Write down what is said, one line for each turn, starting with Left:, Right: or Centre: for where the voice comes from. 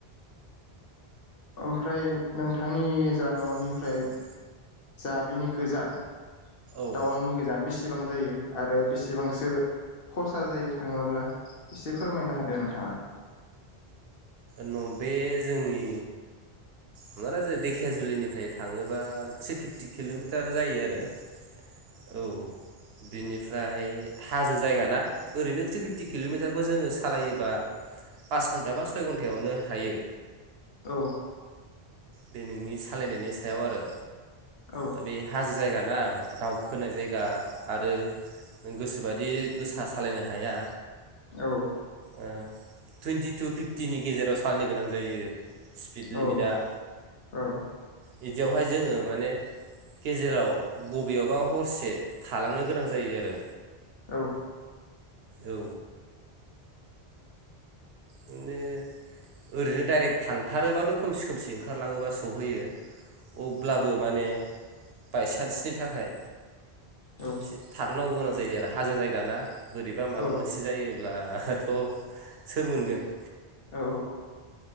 Left: ओमफ्राय नोंथांनि जा न'निफ्राय
Right: औ
Left: जा बिनि गोजान
Right: औ
Left: टावांनि गोजान बेस बेसेबां जायो आरो बेसेबांसो खरसा जायो थाङोब्ला एसे फोरमायना होदो नोंथाङा।
Right: नम बे जोंनि हमना ला धेखियाजुलिनिफ्राय थाङोबा थ्रि फिफ्टि किल'मिटार जायो आरो औ। बिनिफ्राय हाजो जायगा ना ओरैनो थ्रि फिफटि किल'मिटारखौ जोङो सालायोबा पास घन्टा बा सय घन्टायावनो हायो।
Left: औ।
Right: बे नोंनि सालायनायनि सायाव आरो
Left: औ
Right: दा बे हाजो जायगा ना दाउखोनाय जायगा आरो नों गोसोबायदि गोसा सालायनो हाया।
Left: औ।
Right: ओ टुवेन्टि टु फिफ्टिनि गेजेराव सालायनो गोनां जायो। स्पिड लिमिदा
Left: औ औ।
Right: बिदियावहाय जोङो माने गेजेराव बबेयावबा हरसे थालांनो गोनां जायो आरो
Left: औ।
Right: औ। बिनो ओरैनो डाइरेक्ट थांथारोबाथ' खोमसि खोमसि ओंखारलाङोबा सहैयो। अब्लाबो माने बायसान्सनि थाखाय
Left: औ
Right: एसे थाद'नांगौ गोनां जायो आरो हाजो जायगा ना बोरैबा माबा
Left: औ
Right: मोनसे जायोब्ला थ' सोर मोनगोन <inaudible>
Left: औ